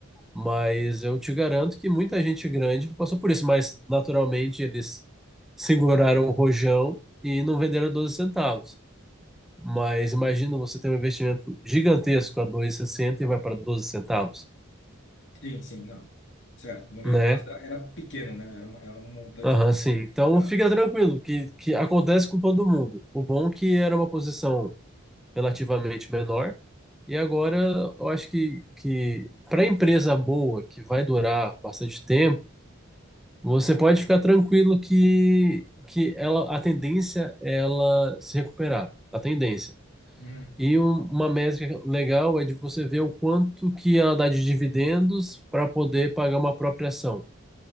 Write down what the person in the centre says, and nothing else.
Mas eu te garanto que muita gente grande passou por isso, mas naturalmente eles seguraram o rojão e não venderam 12 centavos. Mas
imagina você ter um investimento gigantesco a 2,60 e sessenta e vai para 12 centavos,
né?
Aham, sim.
Então
fica tranquilo, que, que acontece com todo mundo. O bom é que era uma posição relativamente menor, e agora eu acho que, que para empresa boa, que vai durar bastante tempo, Você pode ficar tranquilo que, que ela, a tendência é ela se recuperar, a tendência.
E um- uma métrica legal é de você ver o quanto que ela dá de dividendos para poder pagar uma própria ação.